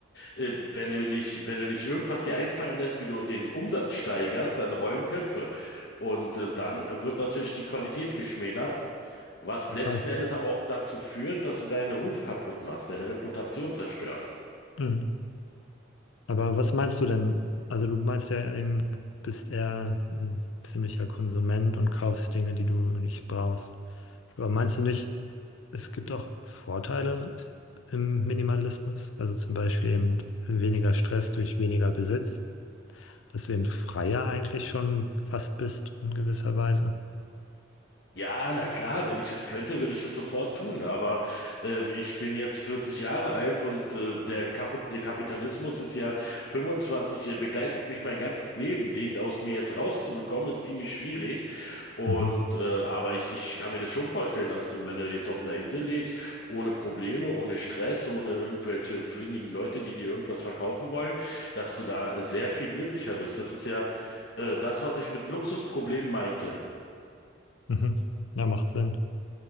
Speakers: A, on the left; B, on the left.
A: äh, Wenn du nicht, wenn du nicht irgendwas dir einfallen lässt, wie du den Umsatz steigerst, dann rollen Köpfe. Und äh, dann wird natürlich die Qualität geschmälert, was
B: total.
A: letzten Endes aber auch dazu führt, dass du deinen Ruf kaputt machst, deine Reputation zerstörst.
B: Mhm. Aber was meinst du denn? Also du meinst ja eben, bist eher ein ziemlicher Konsument und kaufst Dinge, die du nicht brauchst. Aber meinst du nicht, es gibt auch Vorteile im Minimalismus? Also zum Beispiel eben weniger Stress durch weniger Besitz. dass du eben freier eigentlich schon fast bist in gewisser Weise.
A: Ja, na klar, wenn ich es könnte, würde ich es sofort tun. Aber ähm, ich bin jetzt 40 Jahre alt und äh, der, Kapu- der Kapitalismus ist ja 25, äh, begleitet mich mein ganzes Leben. Den aus mir jetzt rauszubekommen, ist ziemlich schwierig. Und
B: Mhm.
A: äh, aber ich, ich kann mir das schon vorstellen, dass du, wenn du jetzt auf einer Insel lebst, ohne Probleme, ohne Stress, ohne irgendwelche findigen Leute, die dir irgendwas verkaufen wollen, dass du da äh, sehr viel glücklicher bist. Das ist ja äh, das, was ich mit Luxusproblemen meinte.
B: Mhm. Ja, macht Sinn.